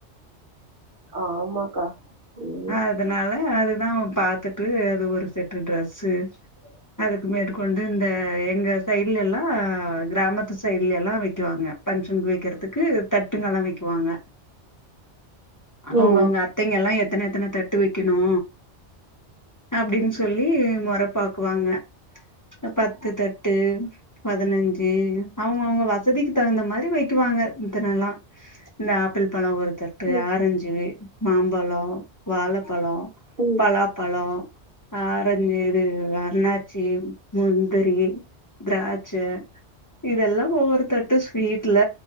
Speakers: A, on the right (about 50°); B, on the left (about 15°).
A: ஆமாக்கா ம்
B: அதனால அதுதா பாத்துட்டு அது ஒரு செட்டு ட்ரெஸ்சு அதுக்கு மேற்கொண்டு இந்த எங்க சைட்லெல்லா அ கிராமத்து சைட்லெல்லா வெக்குவாங்க ஃபங்ஷன்க் வெக்கிறதுக்கு தட்டுங்கல்லா வெக்குவாங்க அவுங்கவுங்க
A: ம்
B: அத்தைங்கெல்லா எத்தன எத்தன தட்டு வெக்கிணு அப்டின் சொல்லி மொற பாக்குவாங்க அ பத்து தட்டு பதினஞ்சு அவுங்க அவுங்க வ சதிக்கு தகுந்த மாரி வெக்குவாங்க இத்தனலா இந்த ஆப்பிள் பழோ ஒரு தட் டு
A: ம்
B: ஆரஞ்சு மாம்பழோ வாழப்பழோ
A: ம்
B: பலாப்பழோ ஆரஞ்சு இது அன்னாச்சி முந்திரி திராட்ச இதெல்லா ஒவ்வொருத்தட்டு ஸ்வீ ட்ல